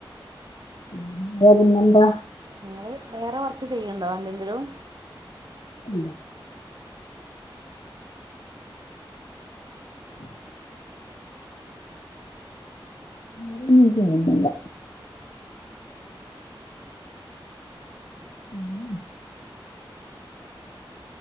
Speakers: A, on the left; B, on the right.
A: അത പിന്നെന്താ
B: നിങ്ങൾ വേറെ വർക്ക് ചെയ്യണ്ടോ എന്തെങ്കിലും
A: ഇല്ല ഉ ജോലി ഒന്നും ചെയ്യുന്നില്ല ഉം